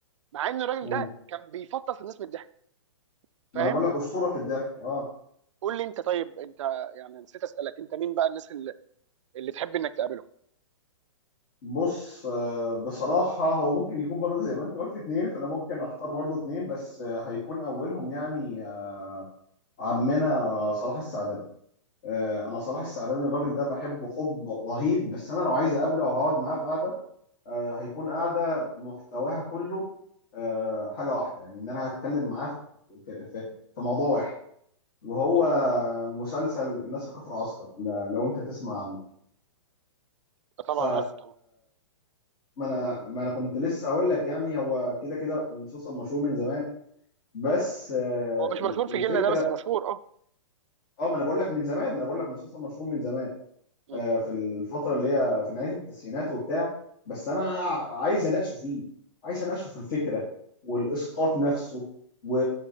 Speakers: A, on the right; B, on the left.
A: مع ان الراجل
B: مم.
A: ده كان بيفطس الناس من الضحك فاهم
B: ما انا بقول لك اسطوره في الضحك اه
A: قول لي انت طيب انت يعني نسيت اسالك انت مين بقى الناس اللي, اللي تحب انك تقابلهم
B: بص آه، بصراحه هو ممكن يكون برضه زي ما انت قلت اتنين فانا ممكن اختار برضه اتنين بس آه، هيكون اولهم يعني آه، عمنا صلاح السعدني آه، انا صلاح
A: مم.
B: السعدني الراجل ده بحبه حب رهيب بس انا لو عايز اقابله او هقعد معاه في قعده آه، هيكون قعده محتواها كله آه، حاجه واحده يعني ان انا هتكلم معاه في في- في- في موضوع واحد وهو
A: مم.
B: مسلسل الناس في كفر عسكر ل- لو انت تسمع عنه
A: آه طبعا
B: ف
A: عارفه طبعا
B: ما انا ما انا كنت لسه اقول لك يعني هو كده كده مسلسل مشهور من زمان بس آه،
A: هو مش
B: ال-
A: مشهور
B: الفكره
A: في جيلنا ده بس مشهور اه
B: اه ما انا بقول لك من زمان ما انا بقول لك مسلسل مشهور من زمان
A: مم.
B: آه، في الفتره اللي هي في نهايه التسعينات وبتاع بس انا عايز اناقشه فيه عايز اناقشه في الفكره والاسقاط نفسه و...